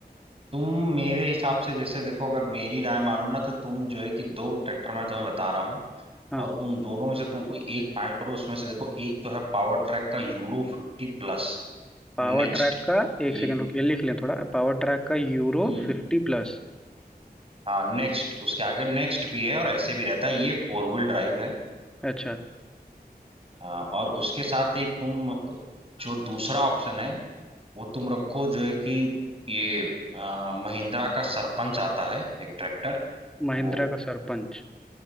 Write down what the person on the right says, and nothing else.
तुम मेरे हिसाब से जैसे देखो अगर मेरी राय मानो ना तो तुम जो है कि दो ट्रैक्टर मैं तुम्हें बता रहा हूँ
और
उन दोनों में से तुम कोई एक फाइंड करो उसमें से देखो एक तो है पावर ट्रैक का यूरो फिफ्टी प्लस
नेक्स्ट
ये
हम्म
हाँ नेक्स्ट उसके आगे नेक्स्ट भी है और ऐसे भी रहता है ये फोर व्हील ड्राइव है
अ, और उसके साथ एक तुम जो दूसरा ऑप्शन है वो तुम रखो जो है कि ये अ, महिंद्रा का सरपंच आता है एक ट्रैक्टर
वो